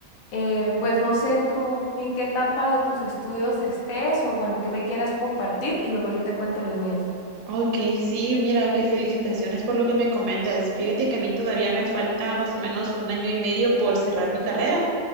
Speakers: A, on the left; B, on the right.
A: eh, pues no
B: Ujú.
A: sé tú en qué etapa de tus estudios estés o bueno, qué me quieras compartir y luego yo te cuento los míos.
B: Ok, sí, mira, qué felicitaciones por lo que me comentas. Fíjate que a mí todavía me falta más o menos un año y medio por cerrar mi carrera.